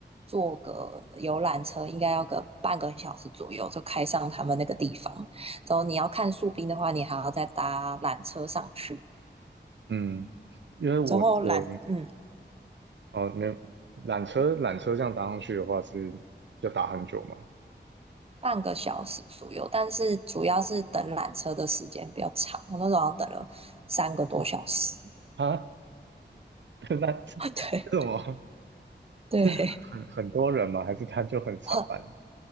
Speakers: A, on the right; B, on the right.
A: 坐个游览车，应该要个半个小时左右就开上他们那个地方。然后你要看树冰的话，你还要再搭缆车上去。
B: 嗯。因为我我
A: 之后缆，嗯，
B: 哦，没有，缆车缆车这样搭上去的话是要打很久吗？
A: 半个小时左右，但是主要是等缆车的时间比较长，我那时候好像等了三个多小时。
B: 啊，<laughs> 那这这怎么？
A: <laughs> 对对，
B: 这是很很很多人吗？
A: 对，
B: 还是他就很少班？
A: 很，